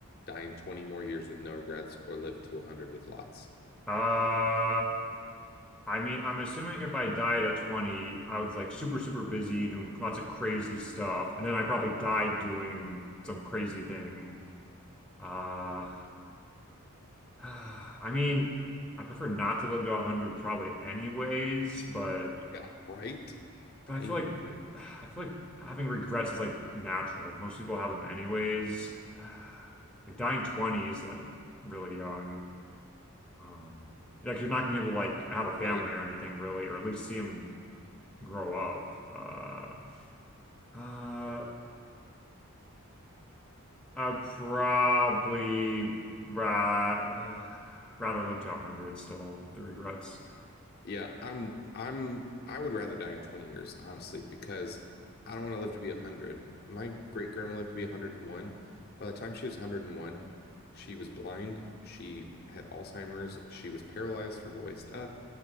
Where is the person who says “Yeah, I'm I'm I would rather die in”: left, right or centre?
Left